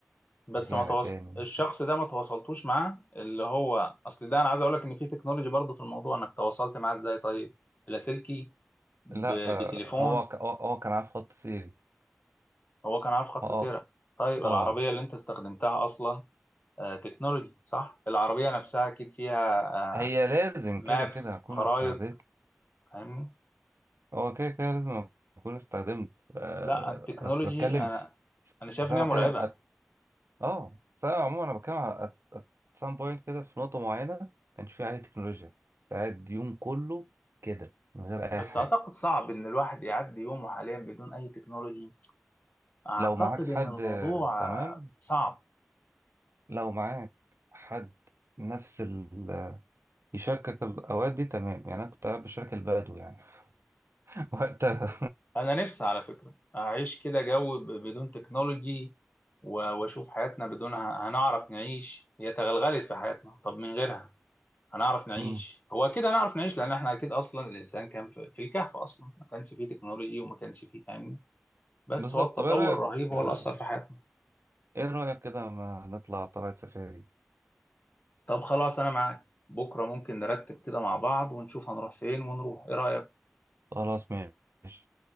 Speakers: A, on the left (about 40°); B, on the right (about 70°).
A: بس
B: ورجعنا
A: ما تواصل
B: تاني
A: الشخص ده ما تواصلتوش معاه اللي هو اصل ده انا عايز اقول لك ان في تكنولوجي برضه في الموضوع انك تواصلت معاه ازاي طيب اللاسلكي ب...
B: لا آه
A: بتليفون
B: هو ك... هو هو كان عارف خط سيري
A: هو كان عارف خط
B: اه
A: سيرك طيب
B: اه
A: العربيه اللي انت استخدمتها اصلا آه تكنولوجي صح العربيه نفسها اكيد فيها آه
B: هي لازم
A: مابس
B: كده كده هكون
A: خرائط
B: استهديت
A: فاهمني
B: هو كده كده لازم اكون استخدمت آه،
A: لا التكنولوجي
B: بس بتكلم
A: انا انا شايف
B: بس
A: ان
B: انا
A: هي مرعبه
B: بتكلم أت... اه بس انا عموما انا بتكلم على at, at some point كده في نقطة معينة كانش فيها عليه تكنولوجيا كنت قاعد يوم كله كده من غير اي
A: بس
B: حاجة
A: اعتقد صعب ان الواحد يعدي يومه حاليا بدون اي تكنولوجي اعتقد
B: لو معاك حد
A: ان الموضوع
B: آه، تمام
A: آه، صعب
B: لو معاك حد نفس ال... يشاركك الاوقات دي تمام يعني انا كنت قاعد بشارك البدو يعني <laughs> وقتها
A: انا نفسي على فكره اعيش كده جو ب- بدون تكنولوجي و- واشوف حياتنا بدونها هنعرف نعيش هي تغلغلت في حياتنا طب من غيرها هنعرف نعيش
B: مم.
A: هو اكيد هنعرف نعيش لان احنا اكيد اصلا الانسان كان في في الكهف اصلا ما كانش فيه تكنولوجي وما كانش فيه فاهمني بس
B: بالظبط
A: هو التطور
B: طب ايه رأيك
A: الرهيب
B: آه،
A: هو اللي اثر في حياتنا
B: ايه رأيك كده ما نطلع طلعت سفاري
A: طب خلاص انا معاك بكره ممكن نرتب كده مع بعض ونشوف هنروح فين ونروح ايه رايك
B: خلاص ماشي